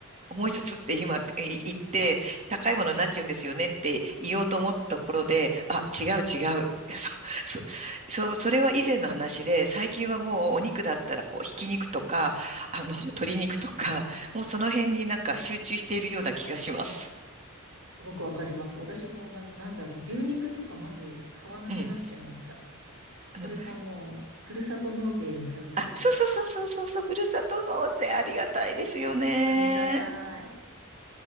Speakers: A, on the right; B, on the right.
A: 思いつつって今い言って、高いものになっちゃうんですよねって言おうと思ったところで、あ、違う違う。<laughs> そ、そ、そうそれは以前の話で、最近はもうお肉だったらこう、ひき肉とか、あの、鶏肉とか、もうその辺になんか集中しているような気がします。
B: すごくわかります。私もな、なんだろう、牛肉とかまず買わなくなっちゃいました。
A: うん。
B: それかもう、
A: あの、
B: ふるさと納税に頼ったりとか。
A: あ、そうそうそうそうそうそう、ふるさと納税ありがたいですよね。
B: <laughs> ありがたい。